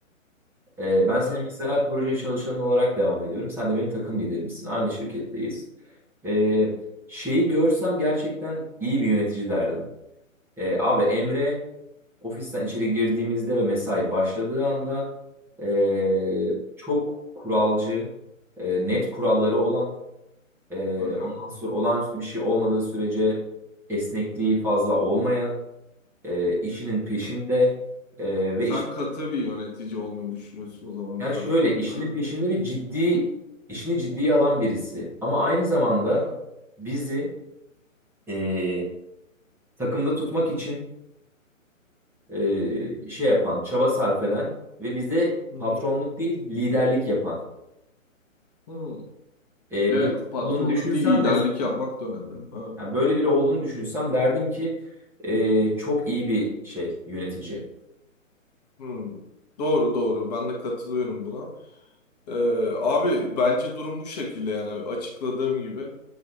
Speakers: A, in the centre; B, on the left.
A: e, ben
B: Aha.
A: senin mesela proje çalışanın olarak devam ediyorum. Sen de benim takım liderimsin. Aynı şirketteyiz. E, şeyi görsem gerçekten iyi bir yönetici derdim. E, abi Emre ofisten içeri girdiğimizde ve mesai başladığı anda e, çok kuralcı, e, net kuralları olan ee,
B: Aha.
A: ondan sonra olağanüstü bir şey olmadığı sürece esnekliği fazla olmayan, e, işinin peşinde
B: Ha.
A: e, ve
B: Sen
A: iş,
B: katı bir yönetici olmayı düşünüyorsun o zaman
A: yani
B: biraz
A: şöyle
B: daha.
A: işinin
B: Aha,
A: peşinde ve ciddi işini ciddiye alan birisi. Ama aynı zamanda
B: aha.
A: bizi e, takımda tutmak için e, şey yapan, çaba sarf eden ve bizde
B: Hı hı.
A: patronluk değil liderlik yapan
B: Hmm.
A: e,
B: Evet,
A: biri
B: patronluk
A: olduğunu düşünsem
B: değil, liderlik
A: mesela,
B: yapmak da önemli. Ha.
A: yani böyle biri olduğunu düşünsem derdim ki e, çok iyi bir şey yönetici.
B: Hmm. Doğru doğru ben de katılıyorum buna. Ee, abi bence durum bu şekilde yani açıkladığım gibi.